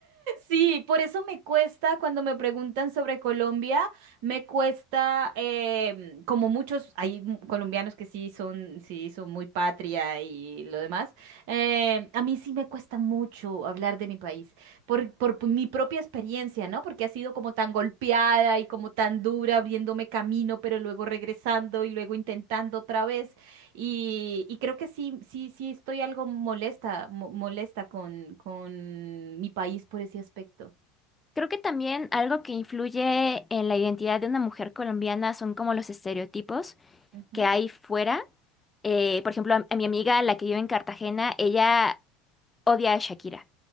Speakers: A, on the right; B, on the left.
A: Sí, por eso me cuesta cuando me preguntan sobre Colombia, me cuesta, em, como muchos, hay mu- colombianos que sí son, sí son muy patria y lo demás, em, a mí sí me cuesta mucho hablar de mi país, por, por pu- mi propia experiencia, ¿no? Porque ha sido como tan golpeada y como tan dura, abriéndome camino, pero luego regresando y luego intentando otra vez. Y, y creo que sí, sí, sí estoy algo molesta, mo- molesta con, con mi país por ese aspecto.
B: Creo que también algo que influye en la identidad de una mujer colombiana son como los estereotipos
A: Ujú.
B: que hay fuera eh, por ejemplo, a, a mi amiga, la que vive en Cartagena, ella odia a Shakira.